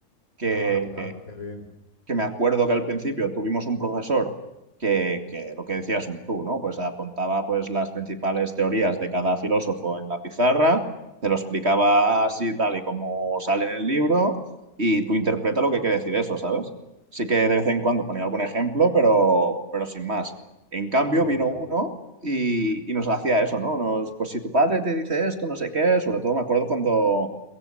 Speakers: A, on the right (about 50°); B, on the left (about 75°).
A: que
B: Ah, claro, qué bien,
A: que me acuerdo que al principio tuvimos un profesor que, que lo que decías tú, ¿no? Pues apuntaba pues las principales teorías de cada filósofo en la pizarra, te lo explicaba así tal y como sale en el libro y tú interpreta lo que quiere decir eso, ¿sabes? Sí que de vez en cuando ponía algún ejemplo, pero, pero sin más. En cambio
B: qué
A: vino
B: guay.
A: uno y, y nos hacía eso, ¿no? Nos, pues si tu padre te dice esto, no sé qué, sobre todo me acuerdo cuando